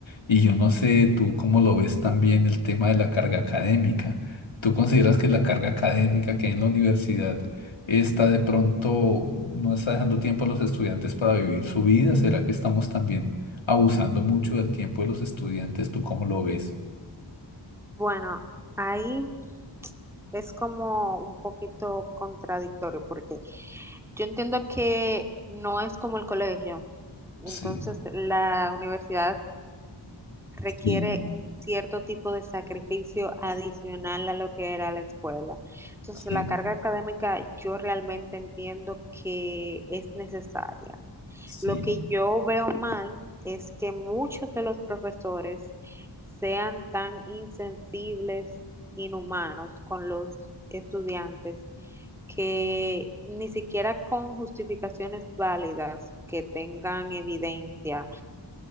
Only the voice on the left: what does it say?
Y yo no sé tú cómo lo ves también el tema de la carga académica. ¿Tú consideras que la carga académica que hay en la universidad está de pronto, no está dejando tiempo a los estudiantes para vivir su vida? ¿Será que estamos también abusando mucho del tiempo de los estudiantes? ¿Tú cómo lo ves?
Sí,
sí,
Sí,
sí.